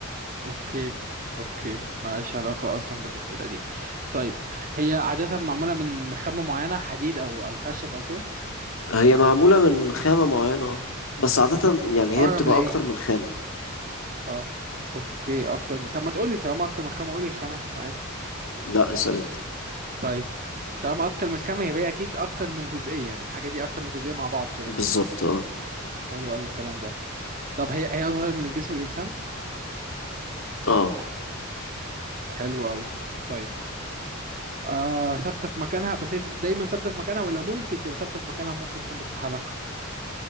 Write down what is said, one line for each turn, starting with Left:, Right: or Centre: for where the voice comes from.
Right: اوكي اوكي ملهاش علاقة اصلا بالأسئلة دي طيب هي عادة معمولة من خامة معينة حديد او او خشب او كده
Left: هي معمولة من خامة معينة اه بس عادة يعني
Right: اقرب
Left: هي بتبقى
Right: لايه
Left: اكتر من خامة
Right: اه اوكي اكتر من طب ما تقولي طالما اكتر من خامة قولي الخامات عادي
Left: لا اسأل انت
Right: طيب طالما اكتر من خامة يبقى هي اكيد اكتر من جزئية الحاجة دي اكتر من جزئية مع بعض كده
Left: بالظبط اه
Right: حلو قوي الكلام ده طب هي هي اصغر من جسم الانسان
Left: اه
Right: حلو قوي طيب آه ثابتة في مكانها بس هي س- دايما ثابتة في مكانها ولا ممكن تبقى ثابتة في مكانها ممكن تكون بتتحرك